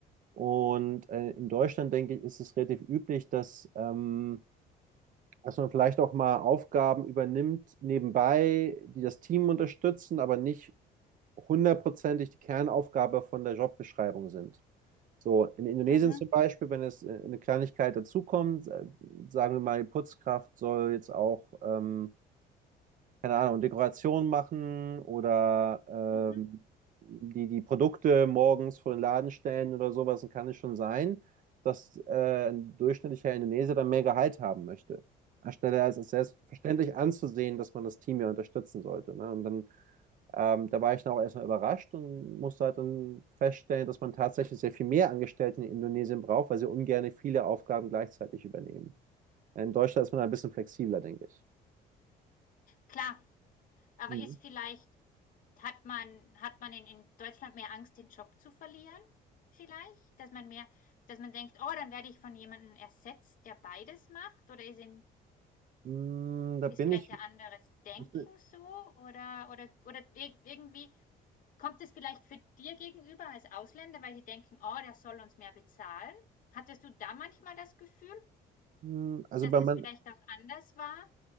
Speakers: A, on the right; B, on the left.
A: Und äh, in Deutschland, denke ich, ist es relativ üblich, dass... Ähm, dass man vielleicht auch mal Aufgaben übernimmt nebenbei, die das Team unterstützen, aber nicht hundertprozentig die Kernaufgabe von der Jobbeschreibung sind. So, in Indonesien
B: Mhm.
A: zum Beispiel, wenn es äh, eine Kleinigkeit dazukommt, äh, sagen wir mal, die Putzkraft soll jetzt auch ähm, keine Ahnung, Dekorationen machen oder
B: Mhm.
A: ähm, die, die Produkte morgens vor den Laden stellen oder sowas, dann kann es schon sein, dass äh, ein durchschnittlicher Indonesier dann mehr Gehalt haben möchte. Anstelle als es selbstverständlich anzusehen, dass man das Team ja unterstützen sollte. Ne? Und dann, ähm, da war ich dann auch erstmal überrascht und musste halt dann feststellen, dass man tatsächlich sehr viel mehr Angestellte in Indonesien braucht, weil sie ungern viele Aufgaben gleichzeitig übernehmen. In Deutschland ist man ein bisschen flexibler, denke ich.
B: Klar, aber
A: Mhm.
B: ist vielleicht, hat man, hat man in, in Deutschland mehr Angst, den Job zu verlieren? Vielleicht? Dass man mehr, dass man denkt, oh, dann werde ich von jemandem ersetzt, der beides macht? Oder ist in,
A: Mm, Da
B: ist
A: bin
B: vielleicht
A: ich,
B: ein anderes Denken
A: ich bin-
B: so? Oder, oder, oder irg- irgendwie Kommt es vielleicht für dir gegenüber als Ausländer, weil sie denken, oh, der soll uns mehr bezahlen? Hattest du da manchmal das Gefühl,
A: mm, also
B: dass
A: bei,
B: das
A: mein,
B: vielleicht auch anders war?